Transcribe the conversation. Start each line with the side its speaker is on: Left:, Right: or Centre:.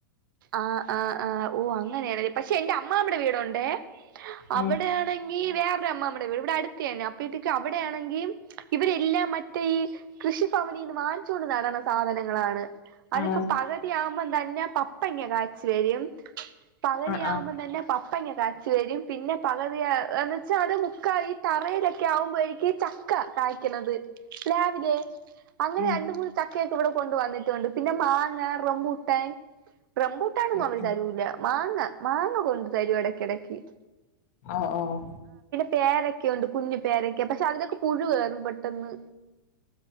Right: ആഹ് ആഹ് ആഹ് ഓ അങ്ങനെയാണ പക്ഷെ എന്റെ അമ്മ്മാമ്മടെ വീട് ഉണ്ട് അവിടെയാണെങ്കി
Left: ഉം
Right: വേറെ അമ്മമ്മടെ ഇവിടെ അടുത്തന്നെ അപ്പോഴത്തേക്ക് അവിടെയാണെങ്കിൽ ഇവരെല്ലാം മറ്റേ ഈ കൃഷിഭവനിന്ന് വാങ്ങിച്ചു കൊണ്ട്ന്ന് താണ് സാധനങ്ങളാണ് അതിപ്പോ
Left: ആഹ്
Right: പകുതിയാകുമ്പം തന്നെ പത്ത് കപ്പങ്ങ കായ്ച്ച് വരും പകുതി
Left: ആഹ്
Right: ആവുമ്പോം
Left: ആഹ്
Right: തന്നെ പപ്പങ്ങ കാ വച്ച് വരും പിന്നെ പകുതി എന്ന്ച്ചാ അത് മുക്ക ഈ തറയിലൊക്കെ ആവുമ്പോയിക്കും ചക്ക കായ്ക്കുന്നത് രാവിലെ അങ്ങനെ
Left: ഉം
Right: രണ്ട് മൂന്ന് ചക്കയെ ഇവിടെ കൊണ്ട വന്നിട്ടുണ്ട് പിന്നെ മാങ്ങ റബൂട്ടാൻ റംബൂട്ടാണനൊന്നും
Left: ഉം
Right: അവര്
Left: ഉം
Right: തരൂല മാങ്ങ മാങ്ങ കൊണ്ടു തരും എടക്കെടക്ക്
Left: ഓഹ് ഓഹ്
Right: പേരക്കയൊണ്ട് കുഞ്ഞ് പേരക്ക പഷേ അതിലൊക്കെ പുഴു കേറും പെട്ടന്ന്